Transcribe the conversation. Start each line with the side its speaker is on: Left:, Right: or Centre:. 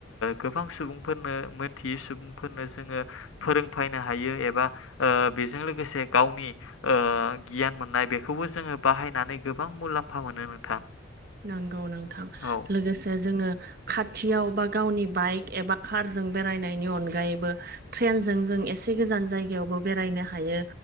Left: गोबां सुबुंफोरनो मोनथियै सुबुंफोरनो जोङो फोरोंफैनो हायो एबा बेजों लोगोसे गावनि गियान मोननाय बेखौबो जोङो बाहायनानै गोबां मुलाम्फा एफा मोनो नोंथां।
Right: नांगौ नांथां
Left: औ
Right: लोगोसे जोङो खाथियाव बा गावनि बाइक एबा कारजों बेरायनायनि अनगायैबो ट्रेनजों जों एसे एसे गोजान जायगायावबो बेरायनो हायो।